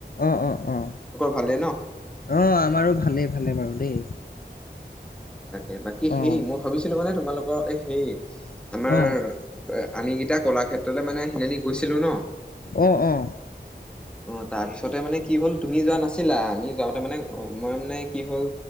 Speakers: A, on the left; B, in the centre.
A: অ অ অ
B: ভালে ন।
A: অঁ আমাৰো ভালেই ভালেই বাৰু দেই।
B: এ বাকী সেই
A: অ'
B: মই ভাবিছিলো মানে তোমালোকৰ এ হেই আমাৰ
A: অ'
B: আমিকিটা কলাক্ষেত্ৰলৈ মানে সনাানি গৈছিলো ন।
A: অ অ
B: অঁ তাৰ পিছতে মানে কি হ'ল তুমি যোৱা নাছিলা আমি যাওঁতে মানে মই মানে কি হ'ল